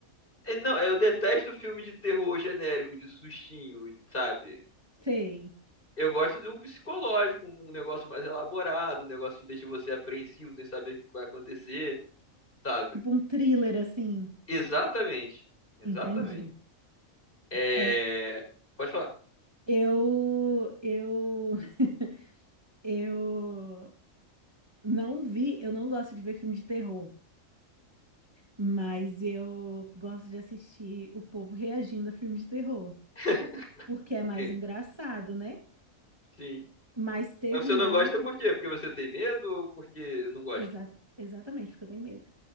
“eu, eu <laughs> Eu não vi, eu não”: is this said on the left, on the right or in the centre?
Right